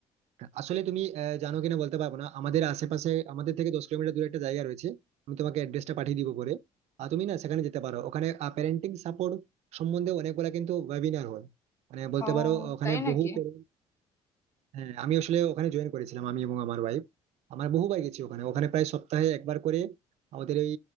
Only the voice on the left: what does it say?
ও
তাই নাকি